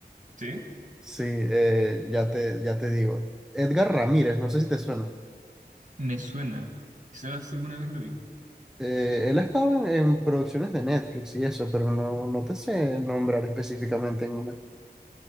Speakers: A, on the right (about 45°); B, in the centre.
A: ¿Sí?
B: Sí, eh, ya te, ya te digo. Edgar Ramírez, no sé si te suena.
A: Me suena. Quizás alguna vez lo vi.
B: Eh, él ha estado en, en producciones de Netflix y eso, pero no, no te sé nombrar específicamente en una.